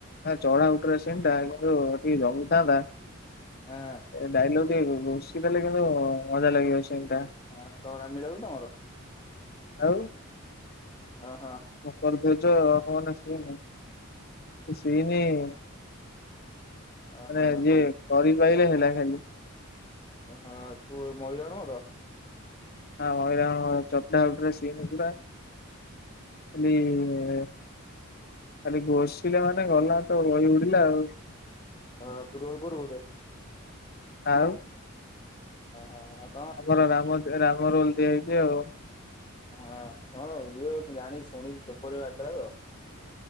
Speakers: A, on the left; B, on the left.
A: ଚଉଳା ଉଟରେ ସିନଟା କିନ୍ତୁ ଟିକେ ଜମିଥାନ୍ତା।
B: ହା
A: ଏ ଡାଇଲ ଟିକେ ଘୋଷିଦେଲେ କିନ୍ତୁ ମଜା ଲାଗିବ ସିନଟା।
B: ହ ତମର ରାମଲୀଳା ହଉଛି ତମର।
A: ଆଉ
B: ଅହ।
A: ହଁ କରିଦେଉଛ ଆପଣମାନେ ଆସିବେନି। ସିଇନି ମାନେ
B: ଓହୋ
A: ଯିଏ
B: ସବୁ
A: କରିପାରଲେ ହେଲା ଖାଲି।
B: ହଁ ପୁଅ ମଇରାବଣ ତ।
A: ହଁ ମଇରାଣ ଚଟା ହଟା ସିିନ ପୁରା। <inaudible> ଖାଲି ଘୋଷିଲ ମାନେ ଗଲା ତ ବହି ଉଡିଲା ଆଉ।
B: ହଁ ତୁ ରୋଲ୍ କରୁ ବୋଧେ।
A: ଆଉ।
B: ଆ ହା।
A: ଏଥର ରାମ ଏ ରାମ ରୋଲ ଦିଆହେଇଛି ଆଉ।
B: ହଁ ହଁ ହଁ ହୁଏ ମୁ ଜାଣିି ଶୁଣିଛି ପେପରରେ ବାହାରିଥିଲା ତ।